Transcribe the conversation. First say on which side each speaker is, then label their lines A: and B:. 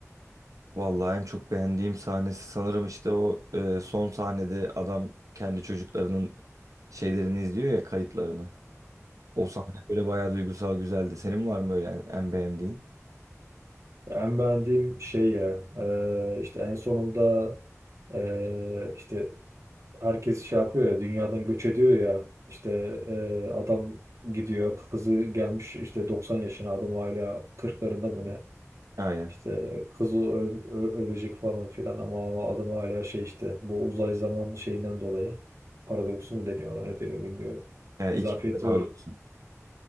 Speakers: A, on the right (about 85°); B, on the right (about 65°).
A: Vallahi en çok beğendiğim sahnesi sanırım işte o e, son sahnede adam kendi çocuklarının şeylerini izliyor ya kayıtlarını. O sahne böyle bayağı duygusal güzeldi. Senin var mı öyle en, en beğendiğin?
B: En beğendiğim şey ya e, işte en sonunda e, işte herkes şey yapıyor ya dünyadan göç ediyor ya işte e, adam gidiyor kızı gelmiş işte 90 yaşına adam hala 40'larında mı ne
A: Aynen.
B: işte kızı öl- ö- ölecek falan filan ama, ama adam hala şey işte bu uzay zaman şeyinden dolayı paradoksu mu deniyor ona ne deniyor bilmiyorum.
A: E,
B: İzafiyeti
A: ikizler paradoksu.
B: öyle.